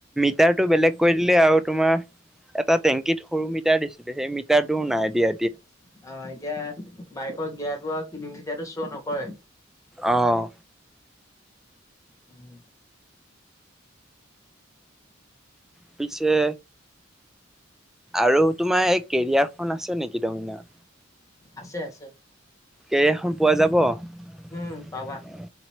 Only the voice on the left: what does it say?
অ',
এতিয়া
বাইকৰ গিয়াৰটো আৰু কিলোমিটাৰ টো চ' নকৰে।
উম।
আছে আছে।
উম পাবা